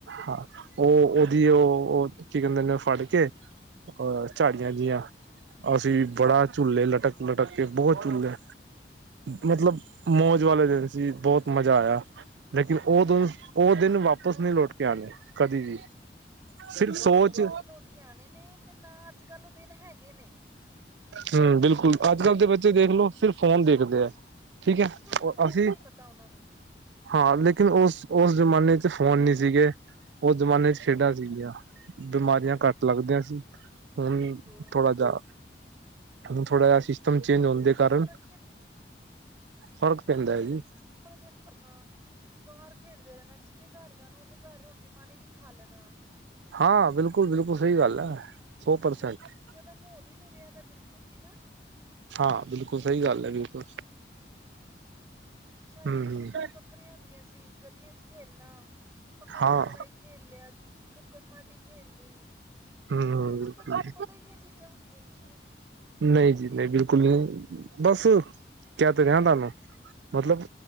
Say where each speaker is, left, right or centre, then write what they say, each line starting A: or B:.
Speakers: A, on the right; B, on the right.
A: ਹਾਂ, ਔਹ ਉਹਦੀ ਔਹ ਕੀ ਕਹਿੰਦੇ ਨੇ ਫੜ ਕੇ ਅ ਝਾੜੀਆਂ
B: ਅੱਛਾ
A: ਜਿਹੀਆਂ, ਅਸੀਂ
B: ਅੱਛਾ ਜੀ
A: ਬੜਾ ਝੂਲੇ ਲਟਕ -ਲਟਕ ਕੇ ਬਹੁਤ ਝੂਲੇ। ਮਤਲਬ ਮੌਜ ਵਾਲੇ ਦਿਨ ਸੀ, ਬਹੁਤ ਮਜ਼ਾ ਆਇਆ ਲੇਕਿਨ ਔਹ ਦਿਨ ਔਹ ਦਿਨ ਵਾਪਿਸ ਨਹੀਂ ਲੁੱਟ ਕੇ ਆਉਣੇ ਕਦੀ ਵੀ, ਸਿਰਫ ਸੋਚ
B: ਲੋਟ ਕੇ ਆਉਣੇ ਨੇ, ਤੇ ਨਾ ਅੱਜ, ਕੱਲ੍ਹ ਉਹ ਦਿਨ ਹੈਗੇ ਨੇ।
A: ਹੂ, ਬਿਲਕੁਲ ਅੱੱਜ, ਕੱਲ ਦੇ ਬੱਚੇ ਦੇਖਲੋ ਸਿਰਫ ਫੋਨ ਦੇਖਦੇ ਆ। ਠੀਕ
B: ਬਿਲਕੁਲ
A: ਹੈ,
B: ਫੋਨ
A: ਔਰ ਅਸੀਂ
B: ਦਾ ਹੀ ਪਤਾ ਉਹਨਾਂ ਨੂੰ
A: ਹਾਂ, ਲੇਕਿਨ ਉਸ, ਉਸ ਜ਼ਮਾਨੇ ਚ' ਫੋਨ ਨਹੀਂ ਸੀਗੇ, ਉਸ ਜ਼ਮਾਨੇ
B: ਹੂੰ
A: ਚ' ਖੇਡਾਂ ਸੀਗੀਆਂ। ਬਿਮਾਰੀਆਂ ਘੱਟ ਲੱਗਦੀਆਂ ਸੀ, ਹੁਣ
B: ਬਿਲਕੁਲ
A: ਥੋੜਾ ਜਾ ਹੂੰ ਥੋੜਾ ਜਿਹਾ ਸਿਸਟਮ ਚੇਂਜ ਹੋਣ ਦੇ ਕਾਰਨ
B: ਫਰਕ ਤੇ
A: ਫ਼ਰਕ ਪੈਂਦਾ ਹੈ ਜੀ।
B: ਪੰਦਰਾ ਦਿਨ ਕਰਨਾ ਬਾਹਰ ਖੇਡਦੇ ਰਹਿਣਾ, ਜਿਹਦੇ ਘਰ ਜਾਣਾ ਔਹਦੇ ਘਰ ਰੋਟੀ -ਪਾਣੀ ਵੀ ਖਾ ਲੈਣਾ।
A: ਹਾਂ, ਬਿਲਕੁਲ- ਬਿਲਕੁਲ ਸਹੀ ਗੱਲ ਹੈ, ਸੌ ਪਰਸੈਂਟ।
B: ਇਦਾ ਮਹੌਲ ਈ ਨੀ ਰਿਹਾ ਆ, ਬਿਲਕੁਲ ਵੀ ਨਾ
A: ਹਾਂ ਬਿਲਕੁਲ ਸਹੀ ਗੱਲ ਐ ਬਿਲਕੁਲ।
B: ਸਾਡੀਆਂ
A: ਹਮ
B: ਖੇਡਾਂ
A: ਹ
B: ਵੱਖਰੀਆਂ ਹੁੰਦੀਆਂ ਸੀ, ਗਲੀਆਂ ਚ ਖੇਲਣਾ ਪਕੜਨ,
A: ਹਾਂ
B: ਪਕੜਾਈ ਖੇਲ ਲਿਆ, ਲੁੱਕੜ ਮਾਟੀ ਖੇਲ ਲੀ।
A: ਹਮ
B: ਅੱਜ-ਕੱਲ੍ਹ
A: ਬਿਲਕੁਲ
B: ਬੱਚਿਆਂ ਨੂੰ ਪਤਾ ਈ ਨਹੀਂ, ਏਹ ਚੀਜ਼ਾਂ ਹੁੰਦੀਆਂ ਕੀ ਐ।
A: ਨਹੀਂ ਜੀ ਨਹੀਂ ਬਿਲਕੁਲ ਨੀ ਬਸ, ਕਿਹ ਤੇ ਰਿਹਾ ਤੁਹਾਨੂੰ ਮਤਲਬ